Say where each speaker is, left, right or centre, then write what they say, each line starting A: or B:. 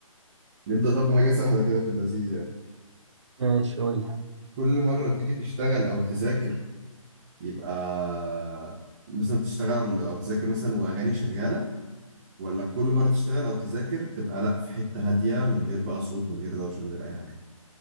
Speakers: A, on the right (about 30°); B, on the right (about 55°).
A: نبدا طب بحاجه سهله كده في اللذيذ يعني
B: ماشي قول لي
A: كل مره تيجي تشتغل او تذاكر يبقى مثلا تشتغل او تذاكر مثلا واغاني شغاله ولا كل مره تشتغل او تذاكر تبقى لا في حته هاديه من غير بقى صوت من غير دوشه من غير اي حاجه